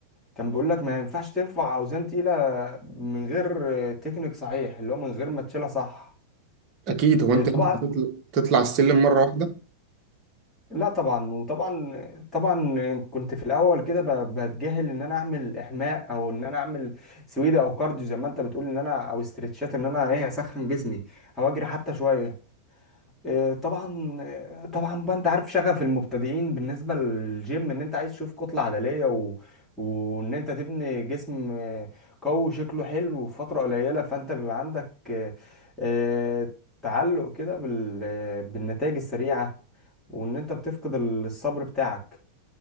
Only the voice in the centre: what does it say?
كان بيقول لك ما ينفعش ترفع اوزان تقيله من غير تكنيك صحيح اللي هو من غير ما تشيلها صح
إيه، طبعا
لا طبعا وطبعا طبعا كنت في الاول كده ب- بتجاهل ان انا اعمل احماء او ان انا اعمل سويدة او كارديو زي ما انت بتقول ان انا او استرتشات ان انا ايه اسخن جسمي او اجري حتى شويه آه، طبعا آه، طبعا بقى انت عارف شغف المبتدئين بالنسبه للجيم ان انت عايز تشوف كتله عضليه و... وان انت تبني جسم آه، قوي شكله حلو في فتره قليله فانت بيبقى عندك آه، آه، تعلق كده بال... آه، بالنتائج السريعه وان انت بتفقد ال- الصبر بتاعك